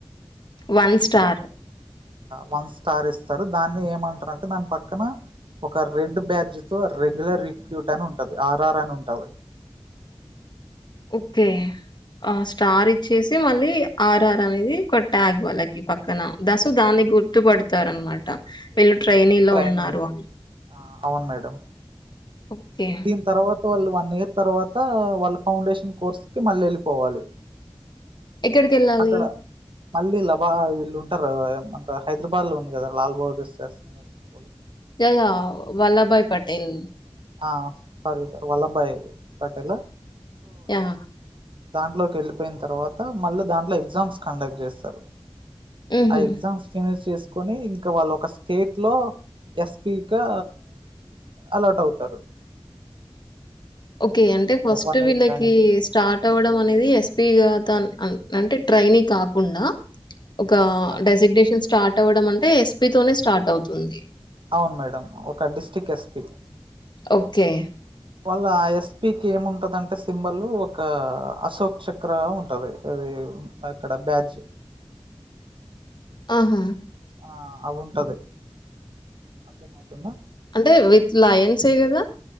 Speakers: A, on the left; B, on the right.
A: వన్ స్టార్
B: వన్ స్టార్ ఇస్తారు దాన్ని ఏమంటారుంటే దాని పక్కన ఒక రెడ్ బ్యాజ్ తో రెగ్యులర్ రిక్యూట్ అని ఉంటది ఆర్ ఆర్ అని ఉంటది
A: ఓకే ఆ స్టార్ ఇచ్చేసి మళ్ళీ ఆర్ఆర్ అనేది ఒక ట్యాగ్ వాళ్ళకి పక్క న దశ
B: యా
A: దాన్ని గుర్తుపడు తరనమాట వీళ్ళు
B: యా
A: ట్రైని లో
B: ట్రైనీ
A: ఉన్నారు అని
B: ఆ అవును మేడం
A: ఓకే
B: దీని తర్వాత వాళ్ళు వన్ ఇయర్ తర్వాత వాళ్ళ ఫౌండేషన్ కోర్స్ కి మళ్ళీ వెళ్ళిపోవాలి
A: ఎక్కడికెళ్ళాలి?
B: అక్కడ మళ్ళీ లబ వెళ్ళు ఉంటారు కదా హైదరాబాద్ లో ఉంది కదా లాల్ బోర్ <unintelligible>
A: తెల్దా వల్లభాయి పటేల్
B: ఆ సరీ స వల్లబాయ పటేల్ ఆ
A: య హ
B: దాంట్లోకి వెళ్ళిపోయిన తర్వాత మళ్ళీ దాంట్లో ఎగ్జామ్స్ కండక్ట్ చేస్తారు
A: హుహు.
B: ఆ ఎగ్జామ్స్ ఫినిష్ చేస్త కొని ఇంకా వాళ్ళ ఒక స్టేట్ లో ఎస్పిగా అలాట్ అవుత తరు
A: ఓకే అంటే ఫస్ట్
B: వన్
A: వీళ్ళకి
B: ఇయర్ ట్రైనింగ్
A: స్టార్ట్ అవడం అనేది ఎస్పిగా దాన్ అంటే ట్రైని కాకుండా ఒక
B: మేడం
A: డెసిగ్నేషన్స్ స్టార్ట్ అవ్వడం అంటే ఎస్పి తోనే స్టార్ట్ అవుతుంది
B: అవును మేడం ఒక డిస్ట్రిక్ట్ ఎస్పి
A: ఓకే
B: వాళ్ళ ఎస్పికి ఏముంటదింటే సింబల్ ఒక అశోక్ చక్ర ఉంటది ఇది అక్కడ బ్యాజ్
A: ఆహా
B: ఆ అవి ఉంటది అర్థంమవుతుందా
A: అంటే విత్ లా యన్సె గదా